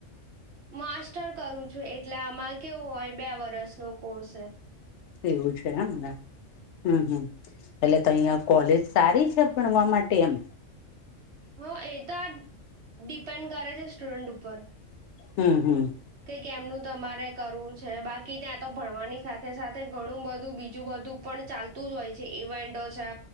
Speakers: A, on the right; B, on the left.
A: માસ્ટર કરું છું, એટલે આમાં કેવું હોય, બે વર્ષ નો કોર્સે.
B: એવું છે એમને. હમ, હમ એટલે તો ત્યાં કોલેજ સારી છે, ભણવા માટે એમ.
A: હ, એ તો આ ડિપેન્ડ કરે છે, સ્ટુડન્ટ ઉપર.
B: હમ, હમ‌.
A: કે કેમનું તમારે. કરવું છે, બાકી ત્યાં તો ભણવાની સાથે-સાથે ઘણું બધું, બીજું બધું પણ ચાલ. તું જ હોય છે, ઇવેન્ટો છે.